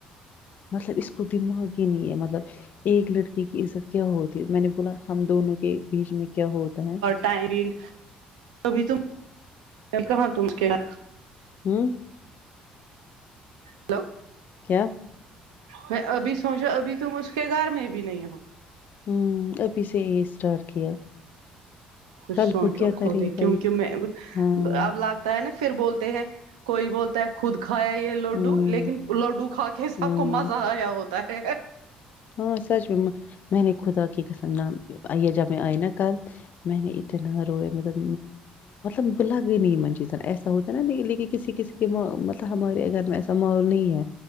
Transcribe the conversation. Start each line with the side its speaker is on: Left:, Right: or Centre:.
Left: مطلب اس کو دماغ ہی نہیں ہے مطلب ایک لڑکی کی عزت کیا ہوتی ہے میں نے بولا ہم دونوں کے بیچ میں کیا ہوتا ہے
Right: ٹیرنگ ابھی تم کہاں تم کیا
Left: ہوں
Right: ک تو
Left: کیا
Right: میں ابھی سوچا ابھی تم اس کے گھر میں بھی نہیں ہو
Left: ہ ابھی سے یہ اسٹارٹ کیا
Right: کچھ
Left: کل
Right: سوچو
Left: کو کیا
Right: خود
Left: کرے
Right: ہی
Left: گا
Right: کیونکہ
Left: یہ
Right: میں
Left: ہاں
Right: اب لگ ہے نا پھر بولتے ہیں کوئی بولتا ہے خود کھایا یہ لڈو
Left: ہوں
Right: لیکن لڈو کھا کے سب
Left: ہوں
Right: کو مزہ آیا ہوتا ہے
Left: ہاں سچ میں میں نے خدا کی قسم آن جب میں آئی نا کل میں نے اتنا رویا مطلب میں میں لگ چیز ایسا ہوتا نا لیکن کسی کسی کے مطلب ہمارے گھر میں ایسا ماحول نہیں ہے